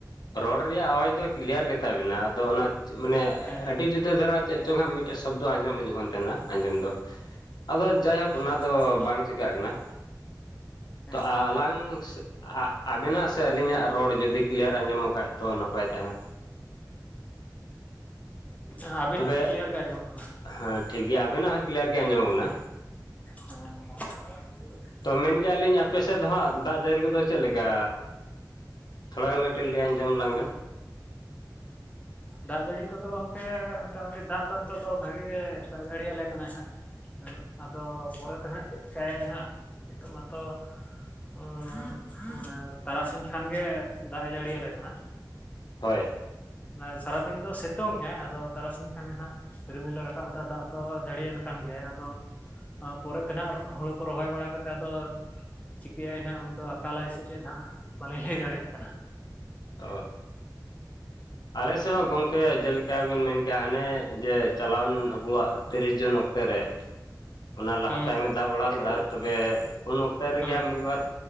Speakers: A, on the left; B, on the left.
A: ᱨᱚᱲ ᱨᱮᱭᱟᱜ ᱟᱣᱟᱡᱽ ᱫᱚ ᱠᱞᱤᱭᱟᱨ ᱜᱮᱛᱟᱵᱮᱱᱟ ᱟᱫᱚ ᱚᱱᱟ ᱢᱟᱱᱮ
B: ᱦᱮᱸ
A: ᱟᱹᱰᱤ
B: ᱦᱮᱸ
A: ᱡᱩᱫᱟᱹ ᱫᱷᱟᱨᱟ ᱪᱮᱫ ᱪᱚᱝ ᱦᱟᱸᱜ ᱢᱤᱫᱴᱮᱱ ᱥᱚᱵᱽᱫᱚ ᱟᱸᱡᱚᱢ ᱦᱤᱡᱩᱜ ᱠᱟᱱ ᱛᱟᱦᱮᱱᱟ ᱟᱸᱡᱚᱢ ᱫᱚ᱾ ᱟᱫᱚ ᱡᱟᱭᱦᱳᱠ ᱚᱱᱟ
B: ᱟᱪᱪᱷᱟ
A: ᱫᱚ
B: ᱟᱪᱪᱷᱟ
A: ᱵᱟᱝ ᱪᱮᱠᱟᱹᱜ ᱠᱟᱱᱟ
B: ᱦᱮᱸ
A: ᱛᱚ ᱟᱞᱟᱝ ᱟ ᱟᱵᱮᱱᱟᱜ ᱥᱮ ᱟᱹᱞᱤᱧᱟᱜ ᱨᱚᱲ ᱡᱩᱫᱤ ᱠᱞᱤᱭᱟᱨ ᱟᱸᱡᱚᱢᱚᱜ ᱠᱷᱟᱡ ᱛᱚ ᱱᱟᱯᱟᱭ ᱛᱟᱦᱮᱱᱟ᱾
B: ᱮᱸ ᱟᱵᱤᱱᱟᱜ
A: ᱛᱚᱵᱮ
B: ᱫᱚ ᱠᱞᱤᱭᱟᱨ ᱜᱮ ᱟᱸᱡᱚᱢᱚᱜ ᱠᱟᱱᱟ᱾
A: ᱦᱮᱸ ᱴᱷᱤᱠ ᱜᱮᱭᱟ ᱟᱵᱤᱱᱟᱜ ᱦᱚᱸ ᱠᱞᱤᱭᱟᱨ ᱜᱮ ᱟᱸᱡᱚᱢᱚᱜ ᱠᱟᱱᱟ᱾
B: ᱦᱮᱸ <inaudible>
A: ᱛᱚ ᱢᱮᱱ ᱠᱮᱜᱼᱟ ᱞᱤᱧ ᱟᱯᱮ ᱥᱮᱫ ᱫᱚ ᱦᱟᱸᱜ ᱫᱟᱜ ᱡᱟᱹᱲᱤ ᱠᱚᱫᱚ ᱪᱮᱫ ᱞᱮᱠᱟ? ᱛᱷᱚᱲᱟ ᱜᱟᱱ ᱠᱟᱹᱴᱤᱡ ᱞᱟᱹᱭ ᱟᱸᱡᱚᱢ ᱞᱟᱝ ᱵᱮᱱ
B: ᱫᱟᱜ ᱡᱟᱹᱲᱤ ᱠᱚᱫᱚ ᱜᱚᱝᱠᱮ ᱢᱚᱴᱟᱢᱩᱴᱤ ᱫᱟᱜ ᱫᱚ ᱱᱤᱛᱚᱜ ᱫᱚ ᱵᱷᱟᱜᱤ ᱜᱮ ᱫᱟᱜ ᱡᱟᱹᱲᱤᱭᱟᱞᱮ ᱠᱟᱱᱟᱭ ᱦᱟᱸᱜ᱾ ᱟᱫᱚ ᱯᱚᱨᱮᱛᱮ ᱱᱟᱦᱟᱸᱜ ᱪᱮᱫ ᱠᱟᱭ ᱱᱟᱸᱷᱜ ᱱᱤᱛᱚᱜ ᱢᱟᱛᱚ ᱩᱸ ᱚᱱᱮ <unintelligible> ᱛᱟᱨᱟᱥᱤᱧ ᱠᱷᱟᱱᱜᱮ ᱫᱟᱜ ᱮ ᱡᱟᱹᱲᱤᱭᱟᱞᱮ ᱠᱟᱱᱟ᱾
A: ᱦᱳᱭ
B: ᱟᱨ ᱥᱟᱨᱟᱫᱤᱱ ᱫᱚ ᱥᱤᱛᱩᱝ ᱮᱜᱼ ᱟᱭ ᱟᱫᱚ ᱛᱟᱨᱟᱥᱤᱧ ᱠᱷᱟᱱ ᱜᱮ ᱱᱷᱟᱜ ᱨᱤᱢᱤᱞ ᱞᱮ ᱨᱟᱠᱟᱵ ᱮᱫᱟ ᱫᱟᱜ ᱫᱚ ᱡᱟᱹᱲᱤᱭᱟᱞᱮ ᱠᱟᱱᱟ ᱜᱮᱭᱟᱭ ᱟᱫᱚ ᱟᱨ ᱯᱚᱨᱮᱛᱮ ᱱᱷᱟᱜ ᱦᱩᱲᱩ ᱠᱚ ᱨᱚᱦᱚᱭ ᱵᱟᱲᱟ ᱠᱟ ᱚᱠᱟ ᱫᱚ ᱪᱤᱠᱟᱹᱭᱟᱭ ᱱᱷᱟᱜ ᱩᱱᱫᱚ ᱟᱠᱟᱞᱟᱭ ᱥᱮ ᱪᱮᱫ ᱱᱟᱦᱟᱜ ᱵᱟᱹᱞᱤᱧ ᱞᱟᱹᱭ ᱫᱟᱲᱮᱭᱟᱜ ᱠᱟᱱᱟ᱾
A: ᱚ ᱟᱞᱮ
B: ᱦᱮᱸ
A: ᱥᱮᱫ ᱦᱚᱸ ᱜᱚᱝᱠᱮ ᱡᱮ ᱠᱟᱵᱮᱱ ᱢᱮᱱᱠᱮᱜᱼᱟ ᱦᱟᱱᱮ ᱡᱮ ᱪᱟᱞᱟᱣᱮᱱ ᱟᱵᱚᱣᱟᱜ ᱛᱤᱨᱤᱥ ᱡᱩᱱ ᱚᱠᱛᱮ ᱨᱮ ᱚᱱᱟ ᱞᱟᱦᱟ
B: ᱦᱩᱸ
A: ᱛᱟᱭᱚᱢᱮ
B: ᱦᱩᱸ
A: ᱫᱟᱜ ᱵᱟᱲᱟ ᱞᱮᱫᱟ ᱛᱚᱵᱮ ᱩᱱ ᱚᱠᱛ ᱨᱮᱜᱮ
B: ᱦᱩᱸ
A: ᱦᱟᱸᱜ ᱢᱤᱫ ᱵᱟᱨ